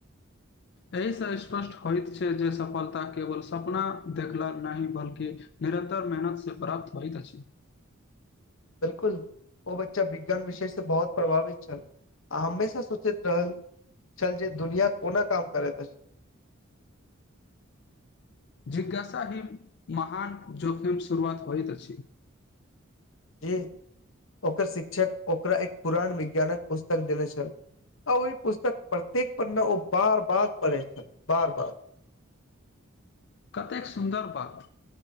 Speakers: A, on the left; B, on the left.
A: एहिसँ स्पष्ट होइत छै जे सफलता केवल सपना देखला नहि बल्कि निरन्तर मेहनतसँ प्राप्त होइत अछि
B: बिलकुल ओ बच्चा विज्ञान विषय से बहुत प्रभावित छल आ हमेशा सोचैत रहल छल जे दुनिया कोना काम करैत अछि
A: जिज्ञासा ही महान जोखीम सुरुआत होइत अछि
B: जी ओकर शिक्षक ओकरा एक पुरान विज्ञानक पुस्तक देने छल आ ओहि पुस्तक प्रत्येक पन्ना ओ बार - बार पढ़े छल बार - बार
A: कतेक सुन्दर बात